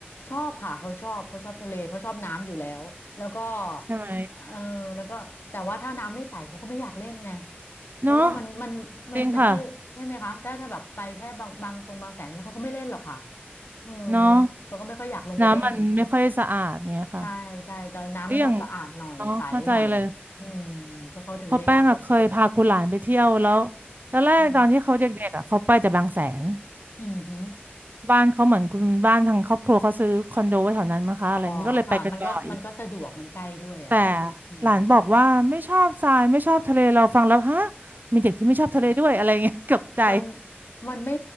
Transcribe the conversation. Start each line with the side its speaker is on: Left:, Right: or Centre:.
Left: ชอบค่ะเขาชอบเขาชอบทะเลเขาชอบน้ำอยู่แล้วแล้วก็
Right: ใช่ไหม
Left: เออแล้วก็แต่ว่าถ้าน้ำไม่ใสเขาก็ไม่อยากเล่นไงเพราะว่ามันมันมันจะให้ใช่ไหมคะถ้าถ้าแบบไปแค่บางบางทรงบางแสงเนี่ยเขาก็ไม่เล่นหรอกค่ะ
Right: เนาะจริงค่ะ
Left: อืม
Right: เนาะ
Left: เขาก็ไม่ค่อยอยากลงไปเล่น
Right: น้ำมันไม่ค่อยสะอาดเนี่ยค่ะ
Left: ใช่ใช่แต่น้ำมันต้องสะอาดหน่อยใสหน่อย
Right: ก็อย่างเนาะเข้าใจเลย
Left: อืมก็เขาถึงจะอยากลง
Right: เพอแป้งอะเคยพาคุณหลานไปเที่ยวแล้วตอนแรกตอนที่เขาเด็กๆอะเขาไปแต่บางแสน
Left: อืมอืมฮึ
Right: บ้านเขาเหมือนคุณบ้านทางครอบครัวเขาซื้อคอนโดไว้แถวนั้นมั้งคะ
Left: อ๋อค่ะมันก็มันก็สะดวกมันใกล้ด้วยอะค่ะอืม
Right: อะไรอย่างนี้ก็เลยไปกันบ่อยแต่หลานบอกว่าไม่ชอบทรายไม่ชอบทะเลเราฟังแล้วฮะ มีเด็กที่ไม่ชอบทะเลด้วยอะไรเงี้ย <laughs> ตกบใจ
Left: มันมันไม่